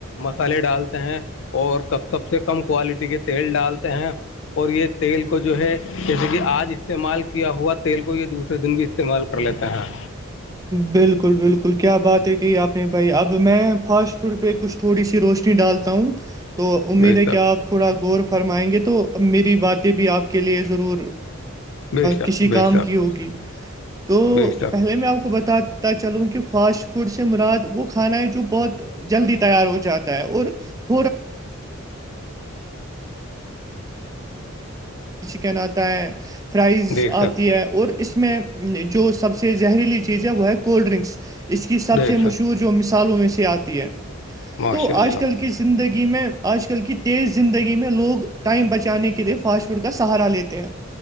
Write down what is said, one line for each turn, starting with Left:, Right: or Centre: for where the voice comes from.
Left: مسالے ڈالتے ہیں اور ک سب سے کم کوالٹی کے تیل ڈالتے ہیں اور یہ تیل کو جو ہے جیسے کہ آج استعمال کیا ہوا تیل کو یہ دوسرے دن بھی استعمال کر لیتا ہیں
Right: بالکل بالکل کیا بات ہے کہی آپ نے بھائی اب میں فاسٹ فوڈ پہ کچھ تھوڑی سی روشنی ڈالتا ہوں تو امید
Left: بے
Right: ہے
Left: شک
Right: کہ آپ تھوڑا غور فرمائیں گے تو میری باتیں بھی آپ کے لیے ضرور
Left: بے شک
Right: کسی
Left: بے
Right: کام
Left: شک
Right: کی ہوگی تو
Left: بے شک
Right: پہلے میں آپ کو کو بتاتا چلوں کہ فاسٹ فوڈ سے مراد وہ کھانا ہے جو بہت جلدی تیار ہو جاتا ہے اور <inaudible> کہنا آتا ہے فرائز
Left: بے شک
Right: آتی ہے اور اس میں جو سب سے زہریلی چیز ز ہے وہ ہے کولڈ ڈرنکس اس کی سب
Left: بے
Right: سے مشہور
Left: شک
Right: جو مثالوں میں سے آتی ہے
Left: ماشاء
Right: تو
Left: اللہ
Right: آج کل کی زندگی میں آج کل کی تیز زندگی میں لوگ ٹائم بچانے کے لیے فاسٹ فوڈ کا سہارا لیتے ہیں